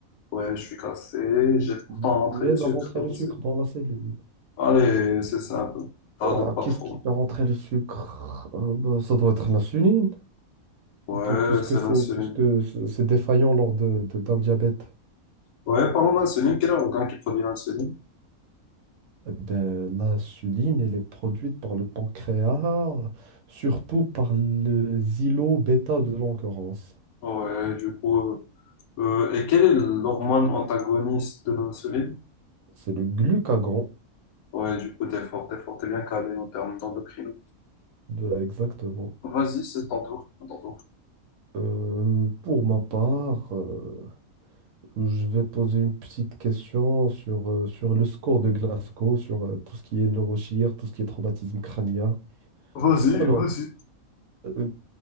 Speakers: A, on the left; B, on the right.
A: Ouais, je suis cassé. J'ai pourtant
B: Mais
A: rentré
B: tu
A: le
B: aides
A: sucre
B: à rentrer
A: dans
B: le
A: ma
B: sucre
A: cellule.
B: dans la cellule.
A: Allez, c'est simple. Tarde
B: Ouah,
A: pas
B: qu'est-ce
A: trop.
B: qui fait rentrer le sucre? Euh, bah, ça doit être l'insuline,
A: Ouais,
B: pu- puisque
A: c'est
B: c'est
A: l'insuline.
B: puisque c'est c'est défaillant lors de, de- d'un diabète.
A: Ouais, parlons d'insuline. Quel est l'organe qui produit l'insuline?
B: Eh ben, l'insuline, elle est produite par le pancréas, surtout par les îlots bêta de l'endurance.
A: Ouais, du coup. euh, Euh, et quelle est l'hormone antagoniste de l'insuline?
B: C'est le glucagon,
A: Ouais, du coup, t'es fort, t'es fort, t'es bien calé en termes d'endocrino.
B: de- exactement.
A: Vas-y, c'est ton tour, à ton tour.
B: Euh, pour ma part, euh, Je vais poser une petite question sur, euh, sur le score de Glasgow, sur euh, tout ce qui est neurochir, tout ce qui est traumatisme crânien.
A: Vas-y,
B: Alors,
A: vas-y.
B: euh,